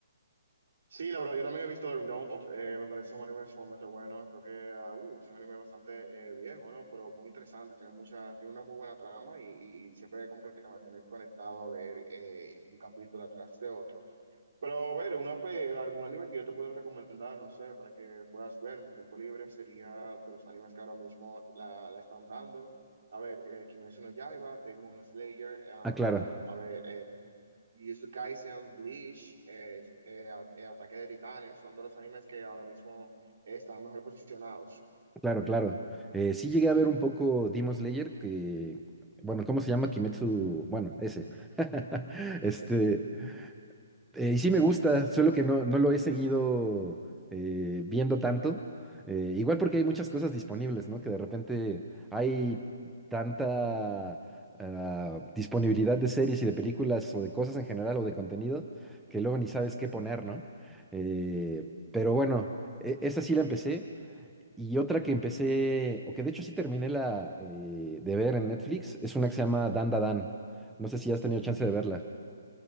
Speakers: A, on the right; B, in the centre.
A: Sí, la verdad, yo también he visto The Note, eh, me parece un anime sumamente bueno, creo que ah, uh, es un anime bastante eh, viejo, ¿no? Pero muy interesante, tiene mucha, tiene una muy buena trama y, y siempre como que te mantiene conectado a ver eh, un capítulo atrás de otro. Pero a ver, una, pues, algún anime que yo te pudiera recomendar, no sé, para que puedas ver en tu tiempo libre, sería de los animes que ahora mismo la, la están dando. A ver, eh, Kimetsu no Yaiba, Demon Slayer, ah,
B: Ah, claro,
A: a ver, eh, y Kaisen, Bleach, eh, eh, a- eh, Ataque de Titanes, son de los animes que ahora mismo están mejor posicionados.
B: claro, claro. Eh, sí llegué a ver un poco Demon Slayer, que, bueno, ¿cómo se llama? Kimetsu, bueno, ese. <laughs>
A: Ese.
B: Este, Eh, y sí me gusta, solo que no, no lo he seguido eh, viendo tanto. Eh, igual porque hay muchas cosas disponibles, ¿no? Que de repente hay tanta ah, disponibilidad de series y de películas o de cosas en general o de contenido que luego ni sabes qué poner, ¿no? Eh, pero bueno, e- esa sí la empecé. Y otra que empecé, o que de hecho sí terminé la eh, de ver en Netflix, es una que se llama Dan Da Dan. No sé si has tenido chance de verla.